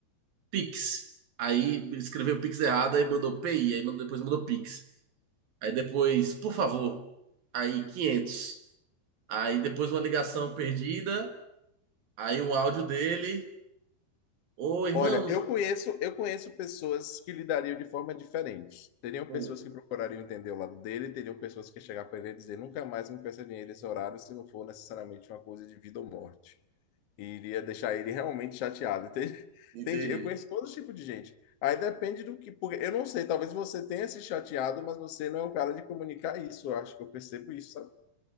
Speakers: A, on the right; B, on the left.
A: Pix. Aí escreveu Pix errado, aí mandou PI, aí mandou, depois mandou Pix. Aí depois, por favor. Aí 500. Aí depois uma ligação perdida, aí um áudio dele. Ô, irmãos.
B: Olha, eu conheço, eu conheço pessoas que lidariam de forma diferente. Teriam
A: Hum,
B: pessoas que procurariam entender o lado dele, teriam pessoas que chegar para ele e dizer nunca mais me peça dinheiro nesse horário se não for necessariamente uma coisa de vida ou morte. E iria deixar ele realmente chateado. Entende? <laughs>
A: entendi.
B: Entende? Eu conheço todo tipo de gente. Aí depende do que, porque eu não sei, talvez você tenha se chateado, mas você não é o cara de comunicar isso. Eu acho que eu percebo isso, sabe?